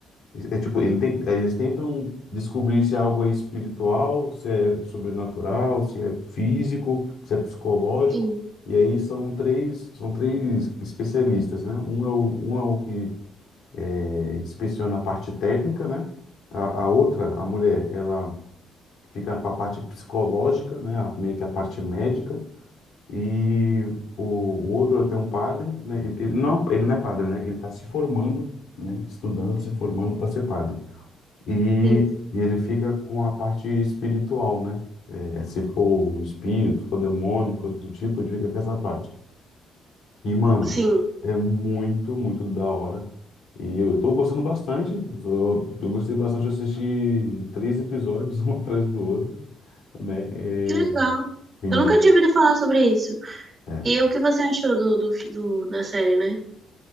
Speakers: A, on the left; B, on the right.
A: É tipo, ele tem, é, eles tentam descobrir se é algo é espiritual, se é sobrenatural, se é físico, se é psicológico.
B: Sim,
A: E aí são três, são três especialistas, né? Um é o, um é o que é, inspeciona a parte técnica, né? A, a outra, a mulher, ela fica com a parte psicológica, né, a- meio que a parte médica, e o, o outro tem um padre, né, ele, ele não, ele não é padre, né, ele está se formando, né, estudando, se formando para ser padre, e,
B: sim,
A: e ele fica com a parte espiritual, né, é, se for espírito, for demônio, coisa do tipo, ele fica com essa parte. E, mano,
B: sim.
A: é muito, muito da hora. E eu tô gostando bastante. Eu, eu gostei bastante de assistir três episódios, <laughs> um atrás do outro, né? é,
B: Que legal.
A: Sim,
B: Eu nunca tinha ouvido falar sobre isso.
A: é.
B: E o que você achou do, do, fi- do- da série, né?